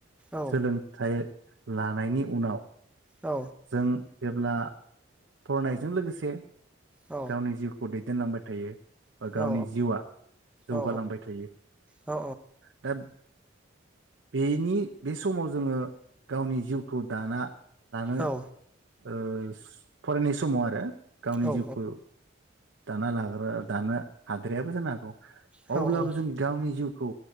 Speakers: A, in the centre; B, on the right (about 70°).
A: औ
B: सोलों नों लानायनि उनाव
A: औ
B: जों जेब्ला फरायनायजों लोगोसे
A: औ
B: गावनि जिउखौ दै देनलांबाय थायो बा गावनि
A: औ
B: जिउआ जौगालांबाय
A: औ
B: थायो
A: औ
B: दा बेनि बे समाव जोङो गावनि जिउखौ दाना दानो
A: औ
B: ओस फरायनाय समाव आरो गावनि
A: हायो
B: जिउखो दाना लाग्रा दानो हाद्रायाबो जानो हागौ।
A: हायो
B: अब्लाबो
A: औ औ
B: जों गावनि जिउ खौ